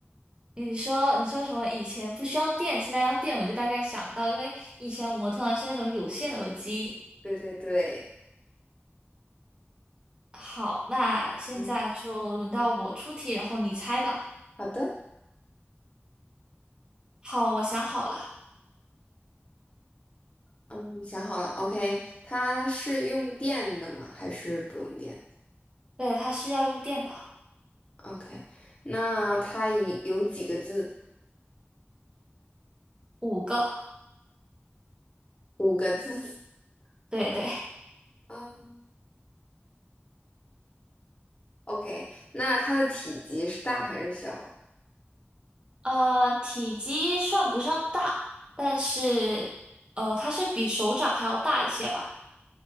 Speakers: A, on the right; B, on the left.
A: 你说你说什么？以前不需要电，现在要电，我就大概想到，因为以前我们通常是那种有线耳机。
B: 对对对，
A: 好，那现在就轮到我出题，
B: 嗯，
A: 然后你猜吧。
B: 好的，
A: 好，我想好了，
B: 嗯，想好了，OK，它是用电的吗？还是不用电？
A: 对，它是要用电的，
B: OK，那它以有几个字？
A: 五个。
B: 五个字。<laughs>
A: 对对，
B: OK，嗯，OK，那它的体积是大还是小？
A: 呃，体积算不上大，但是呃，它是比手掌还要大一些吧。